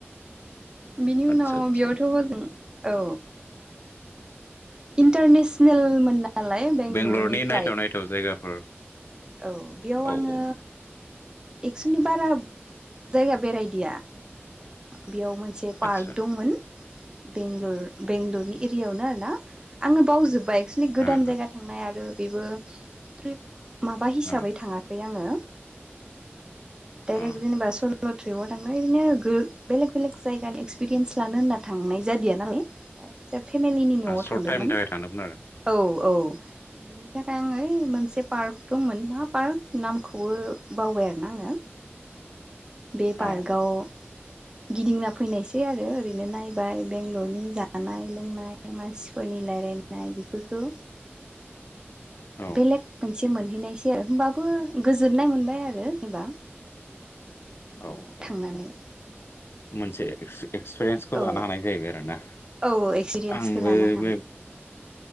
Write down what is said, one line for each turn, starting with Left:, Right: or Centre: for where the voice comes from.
Right: बिनि उनाव
Left: आदसा आदसा
Right: बेयावथ' हजों औ इन्टारनेसनेल मोन लाय बेंगलुरुनि
Left: बेंगलरनि नायथाव
Right: फ्लाइट
Left: नायथाव जायगाफोर
Right: औ बेयाव
Left: औ
Right: आंङो
Left: औ
Right: एक्सुलि बारा जायगा बेरायदिया बेयाव मोनसे पार्क
Left: आदसा
Right: दंमोन बेंल बेंगलरनि
Left: उम
Right: एरियायावनो आर ना। आंङो बावजोब्बाय एक्सलि गोदान
Left: ओ
Right: जायगा थांनाय आरो बेबो ट्रिप माबा हिसाबै
Left: ओ
Right: थाङांखै आङो डाइरेक्ट
Left: औ
Right: जेनेबा स स' ट्रिपआव थांदों ओरैनो बेलेग बेलेग जायगानि एक्सपिरियेन्स लानो होन्ना थांनाय जादिया नालाय आदसा फेमिलिनि न'आव
Left: ओ सर्ट
Right: थांदोंमोन
Left: टाइमनि थाखाय थांदोंमोन आरो
Right: औ औ बिनि थाखाय आं ओइ मोनसे पार्क दंमोन मा पार्क नामखौबो बावबाय आरोना आङो बे पार्कआव
Left: औ
Right: गिदिंना फैनायसै आरो ओरैनो नायबाय बेंगलरनि जानाय लोंनाय मानसिफोरनि रायलाय नाय बेफोरखौ
Left: औ
Right: बेलेग मोनसे हैनायसै आरो होमबाबो गोजोननाय मोनबाय आरो जेनेबा बेयाव
Left: औ औ
Right: थांनानै
Left: औ मोनसे एक्सपिरियेन्सखौ
Right: औ
Left: लानो हानाय जाहैबाय आरोना
Right: औ एक्सपिरियेन्सखौ
Left: आंबो
Right: लानो हानाय
Left: बे